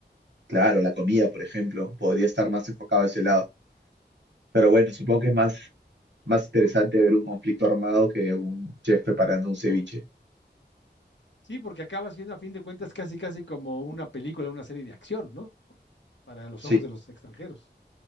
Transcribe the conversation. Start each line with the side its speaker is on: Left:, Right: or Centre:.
Right: Claro, la comida, por ejemplo, podría estar más enfocado a ese lado. Pero bueno, supongo que es más, más interesante ver un conflicto armado que un chef preparando un ceviche.
Left: Sí, porque acaba siendo a fin de cuentas casi, casi como una película, una serie de acción, ¿no? Para los
Right: Sí,
Left: ojos de los extranjeros.